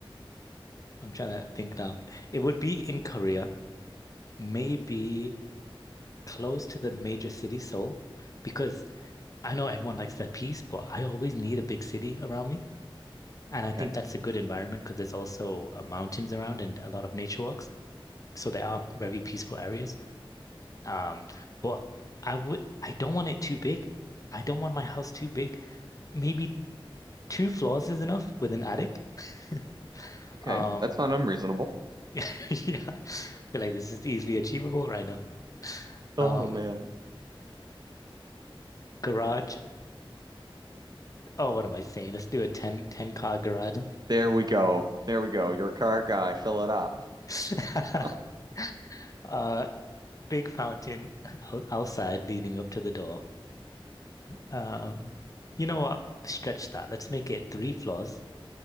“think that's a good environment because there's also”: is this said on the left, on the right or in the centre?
Left